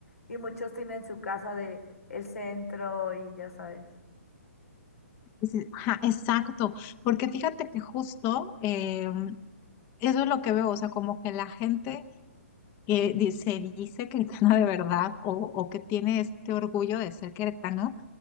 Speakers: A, on the left; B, on the left.
A: Y muchos tienen su casa de el centro y ya sabes.
B: Dices, ajá, exacto, porque fíjate que justo eh, eso es lo que veo, o sea, como que la gente eh, di- se dice queretana de verdad o, o que tiene este orgullo de ser queretano